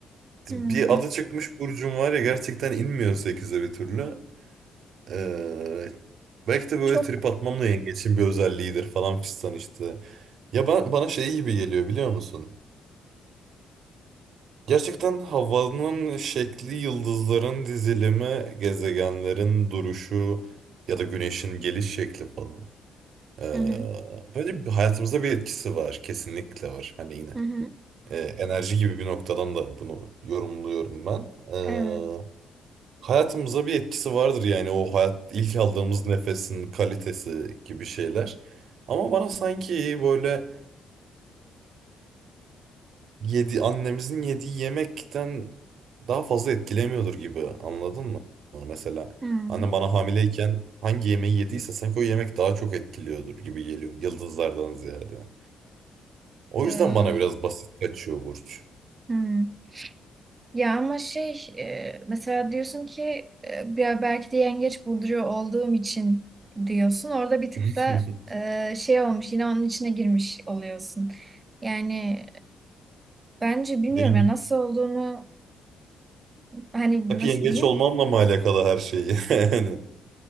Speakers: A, on the right; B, on the right.
A: Hmm.
B: bir adı çıkmış burcum var ya gerçekten inmiyor sekize bir türlü. Ee, belki de böyle
A: Çok
B: trip atmam da yengeçin bir özelliğidir falan fistan işte. Ya ben bana şey gibi geliyor biliyor musun? Gerçekten havanın şekli, yıldızların dizilimi, gezegenlerin duruşu ya da güneşin geliş şekli falan. Ee,
A: Hı hı.
B: bence bir- hayatımıza bir etkisi var, kesinlikle var. Hani yine
A: Hı hı.
B: e, enerji gibi bir noktadan da bunu yorumluyorum ben. Ee,
A: evet.
B: hayatımıza bir etkisi vardır yani o hayat ilk aldığımız nefesin kalitesi gibi şeyler. Ama bana sanki böyle yedi annemizin yediği yemekten daha fazla etkilemiyordur gibi anladın mı? Mesela
A: hmm
B: annem bana hamileyken hangi yemeği yediyse sanki o yemek daha çok etkiliyordur gibi geliyor yıldızlardan ziyade. O
A: Ee,
B: yüzden bana biraz basit kaçıyor burç.
A: Hı. ya ama şey e, mesela diyorsun ki e, ya belki de yengeç burcuyor olduğum için diyorsun. Orada bir tık
B: <laughs>
A: da e, şey olmuş yine onun içine girmiş oluyorsun. Yani bence bilmiyorum
B: Yenge,
A: ya nasıl olduğunu hani
B: hep
A: nasıl
B: yengeç
A: diyeyim
B: olmamla mı alakalı her şeyi? <laughs> Yani.